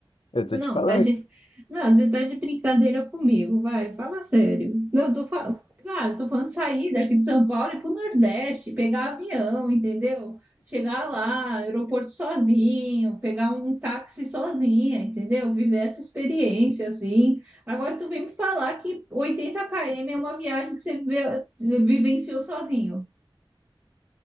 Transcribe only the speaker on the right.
Não,
tá de,
não, você tá de brincadeira comigo, vai, fala sério. Não, eu tô falando, claro, tô falando de sair daqui de São Paulo e ir pro Nordeste, pegar avião, entendeu? Chegar lá, aeroporto sozinho, pegar um táxi sozinha, entendeu? Viver essa experiência assim. Agora tu vem me falar que oitenta km é uma viagem que você vive- vivenciou sozinho.